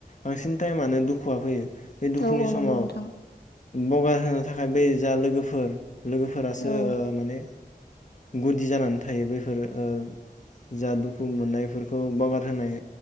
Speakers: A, on the left (about 50°); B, on the left (about 80°).
A: बांसिन टायेमानो दुखुआ फैयो बे दुखुनि
B: औ औ नंगौ
A: समाव
B: नोंथां
A: बगा होनो थाखाय बै जा लोगोफोर लोगोफोरासो
B: औ
A: ओ माने गुदि जानानै थायो बैफोर ओ जा दुखु मोननाय बेफोरखौ बावगार होनाय